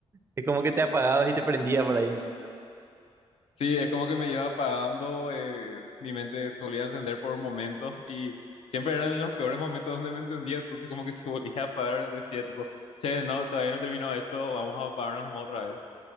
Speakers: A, on the right; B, on the left.
A: Es como que te apagabas y te prendía por ahí entonces.
B: Sí, es como que me iba apagando, eh, mi mente solía encender por momentos y siempre eran los peores momentos donde me encendía, entonces como que se <laughs> volvía a apagar, decía tipo, che, no, todavía no terminó esto, vamos a apagarnos nomás otra vez.